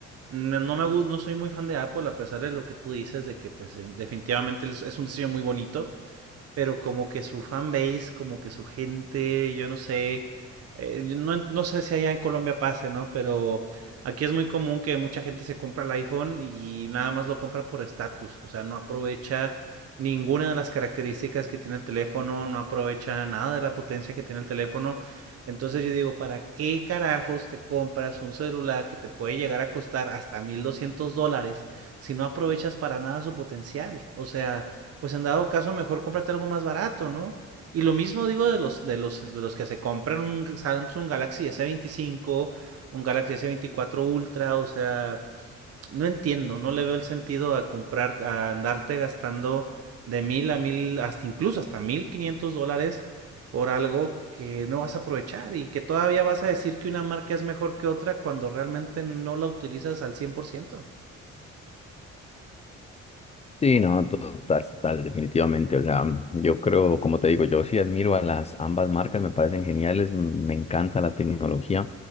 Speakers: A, on the right; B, on the left.
A: no, no me gu- no soy muy fan de Apple, a pesar de lo que tú dices, de que pues eh, definitivamente es es un diseño muy bonito. pero como que su fanbase, como que su gente, yo no sé, eh, yo no, no sé si allá en Colombia pase, ¿no? Pero aquí es muy común que mucha gente se compra el iPhone y nada más lo compra por estatus, o sea, no aprovecha ninguna de las características que tiene el teléfono, no aprovecha nada de la potencia que tiene el teléfono. Entonces yo digo, ¿para qué carajos te compras un celular que te puede llegar a costar hasta 1.200 dólares si no aprovechas para nada su potencial? O sea, pues en dado caso mejor cómprate algo más barato, ¿no? Y lo mismo digo de los, de los, de los que se compran un Samsung Galaxy S25, un Galaxy S24 Ultra, o sea, no entiendo, no le veo el sentido a comprar, a andarte gastando de mil a mil, hasta incluso hasta mil quinientos dólares por algo que no vas a aprovechar y que todavía vas a decir que una marca es mejor que otra cuando realmente no la utilizas al 100%.
B: Sí, no, total, total, definitivamente. O sea, yo creo, como te digo, yo sí admiro a las ambas marcas, me parecen geniales, me encanta la tecnología.